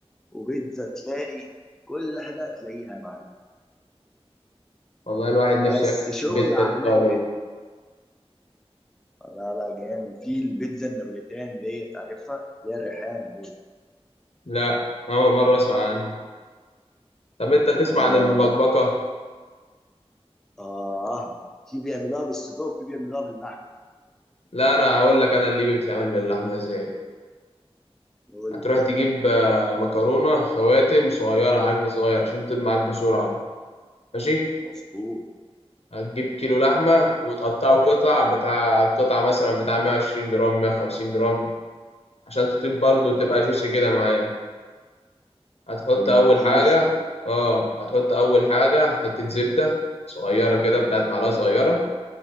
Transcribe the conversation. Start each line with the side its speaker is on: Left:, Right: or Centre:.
Centre: وبيتزا تلاقي كل حاجه هتلاقيها يا معلم
Left: والله الواحد نفسه
Centre: بس
Left: ياكل
Centre: شغل
Left: بيتزا الإيطالي
Centre: على ميه بيضاء
Left: دي
Centre: لا لا جامد في البيتزا النابوليتان دي تعرفها اللي هي الريحان
Left: لا أول مرة أسمع عنها طب أنت تسمع
Centre: لا لا
Left: عن المبكبكة؟
Centre: لا آه في بيعملوها بالصدوق وفي بيعملوها باللحم
Left: لا أنا هقول لك أنا الليبي بتتعمل باللحمة إزاي
Centre: قول
Left: هتروح
Centre: لي يا أخويا
Left: تجيب آه، مكرونة خواتم صغيرة حجم صغير عشان تطيب معاك بسرعة ماشي
Centre: مظبوط
Left: هتجيب كيلو لحمة وتقطعه قطع بتاع قطعة مثلا بتاع 120 جرام 150 جرام عشان تطيب برضه
Centre: آه
Left: وتبقى جوسي كده معايا هتحط
Centre: مم،
Left: أول
Centre: جوسي
Left: حاجة اه هتحط أول حاجة حتة زبدة صغيرة كده بتاعت معلقة صغيرة